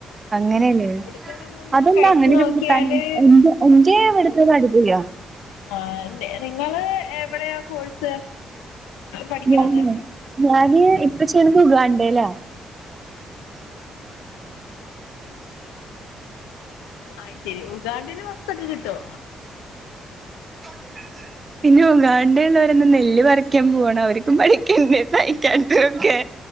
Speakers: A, on the right; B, on the left.
A: അങ്ങനെല്ലേ
B: ഇവിടുത്തെ വന്നൊന്ന്
A: അതന്ന്
B: കഴിച്ചു
A: <unintelligible> അങ്ങനെക്കെ
B: നോക്കിയാല്
A: നിക്കാന് എൻജ് എൻജോയ് ചെയ്യാൻ ഇവട്ത്തോല് അടിപൊളിയാ
B: ആഹ് നിങ്ങള് എവിടെയാ കോഴ്സ് പഠിക്കണത്.
A: ഞാന് ഞാന് ഇപ്പ ചെയ്യണത് ഉഗാണ്ടേലാ
B: അയ് ശേരി ഉഗാണ്ടേൽ പപ്പ്സ് ഒക്കെ കിട്ടോ
A: <inaudible> പിന്നെ ഉഗാണ്ട ഉള്ളവരന്ന നെല് പറിക്കാൻ പോണാ, അവർക്കും പഠിക്കണ്ടേ സൈക്കാട്രി ഒക്കെ